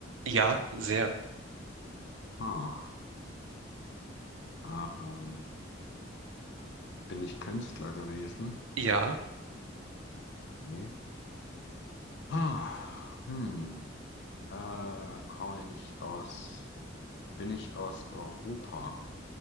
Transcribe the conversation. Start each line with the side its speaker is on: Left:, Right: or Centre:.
Right: Ja, sehr.
Left: Hm. Ähm, bin ich Künstler gewesen?
Right: Ja,
Left: Nee. Ah, hm. Äh, komme ich aus, bin ich aus Europa?